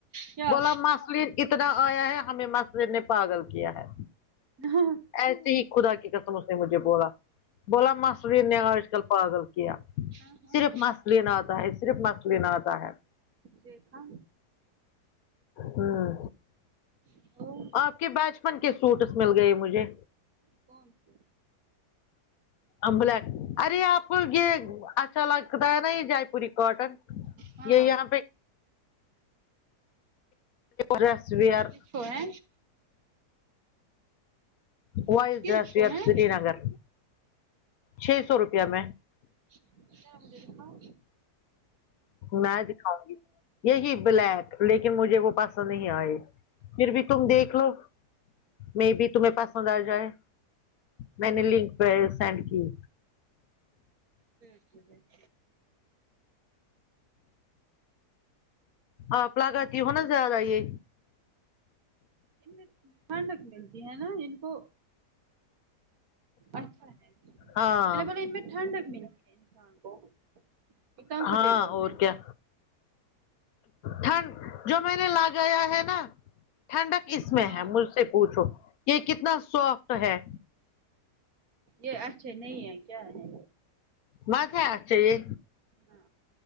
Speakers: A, on the right; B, on the left.
A: کیا
B: بولا مسل اتنا آیا ہے ہمیں مسل نے پاگل کیا ہے
A: ہاںاں
B: ایسی ہی خدا کی قسم اس نے مجھے بولا بولا ماسور نے آج کل پاگل کیا
A: ہاں
B: صرف مس لینا آتا ہے صرف مس لینا آتا ہے
A: دیکھا
B: ہاں
A: <inaudible>
B: آپ کے بچپن کے سوٹس مل گئے مجھے
A: کون سے
B: امبلا ارے آپ یہ اچھا لگتا ہے نا یہ جے پوری کاٹن
A: ہاں
B: یہ یہاں پہ ڈس وئر
A: کس کو ہے
B: وائز
A: کس
B: ڈس
A: کو
B: ی
A: ہے
B: سری نگر چھ سو روپیہ میں
A: چلا مجھے دیکھاؤ
B: میں دکھاؤں گی یہی بلیک لیکن مجھے وہ پسند نہیں آئی پھر بھی تم دیکھ لو میں بھی تمہیں پسند آ جائے میں نے لنک پہ سینڈ کی
A: ٹھیک ٹھیک
B: آپ لگاتتی ہو نا زیادہ یہ
A: ان ٹھنڈک ملتی ہے نا ان کو اچھا
B: ہاں
A: ارے مگر ان میں ٹھنڈک بھی مل ہے انسان کو یہ کمفرٹیبل
B: ہاں اور
A: ہے
B: کیا ٹھنڈ جو میں نے لگایا ہے نا ٹھنڈک اس میں
A: ہاں
B: ہے مجھ سے پوچھو یہ کتنا سافٹ ہے
A: یہ اچھا نہیں ہے کیا ہے
B: وہاں کا اچھا ہے
A: ہاں